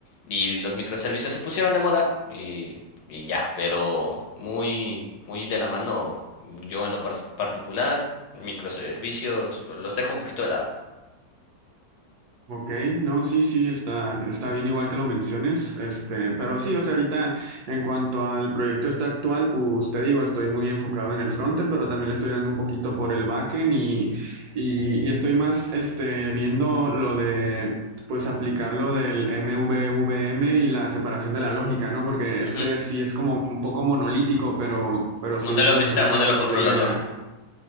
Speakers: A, on the left; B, on the right.
A: Y los microservicios se pusieron de moda y, y ya, pero muy, muy de la mano, yo en lo par- particular, microservicios, los dejo un poquito de lado.
B: Ok, no, sí, sí, está, está bien igual que lo menciones, este, pero sí, o sea, ahorita en cuanto al proyecto este actual, pues te digo, estoy muy enfocado en el frontend, pero también le estoy dando un poquito por el backend y, y, y estoy más, este, viendo lo de, pues aplicar lo del m V V M y la separación de la lógica, ¿no? Porque este
A: Ujú.
B: sí es como un poco monolítico, pero, pero estoy
A: Modelo
B: viendo de
A: vista,
B: qué manera
A: modelo
B: podría
A: controlador.